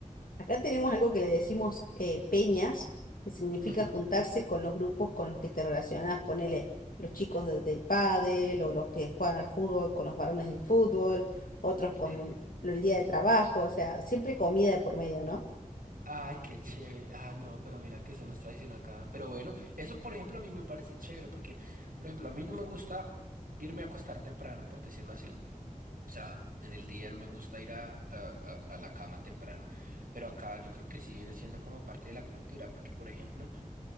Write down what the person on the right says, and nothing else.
Ujú,
sí.
Ay, qué chévere. Ah, no, pero mira que eso no es tradición acá. Pero bueno, eso por ejemplo a mí me parece chévere porque, por ejemplo, a mí no me gusta irme a acostar temprano, por decirlo así. O sea, en el día no me gusta ir a, a, a- a la cama temprano, pero acá yo creo que sí viene siendo como parte de la cultura, porque por ejemplo,